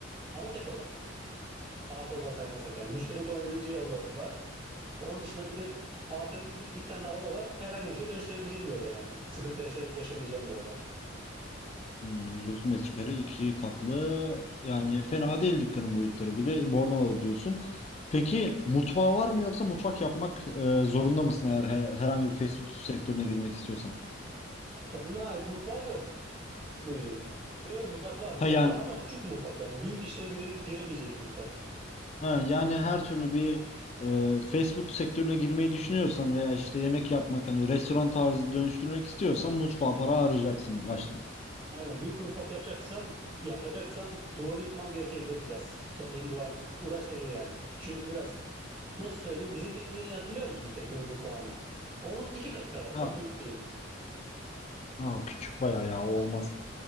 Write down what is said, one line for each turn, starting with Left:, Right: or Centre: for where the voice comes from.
Right: Ama tek oda. Arka odaları saymazsak yani. Müşterinin kullanabileceği oda var. Onun dışında bir de arkada iki, bir- iki tane daha oda var. Herhangi bir şey dönüştürebileceğim bir oda yani. Sıkıntı yaşa- yaşamayacağım bir oda.
Left: Hmm, 130 metrekare iki katlı yani fena değil dükkanın boyutları bir de Bornova'da diyorsun. Peki mutfağı var mı yoksa mutfak yapmak e, zorunda mısın eğer he- herhangi bir fast food sektörüne girmek istiyorsan?
Right: Kendine ait mutfağı yok muydu? Yok yok mutfak var mutfak
Left: Ha yani
Right: var ama küçük bir mutfak yani. Büyük işlere gire- giremeyeceğim bir mutfak.
Left: ha, yani her türlü bir e, fast food sektörüne girmeyi düşünüyorsan veya işte yemek yapmak hani restoran tarzı dönüştürmek istiyorsan mutfağa para harcayacaksın baştan.
Right: Aynen büyük mutfak yapacaksam yapacaksam duvarı yıkmam gerekebilir biraz. Son yeni duvar uğraştırır yani. Çünkü biraz nasıl söyleyeyim bizim tekneyi hatırlıyor musun? Teknenin mutfağını. Onun iki katı kadar çok
Left: Ha,
Right: büyük değil.
Left: ha o küçük bayağı ya o olmaz.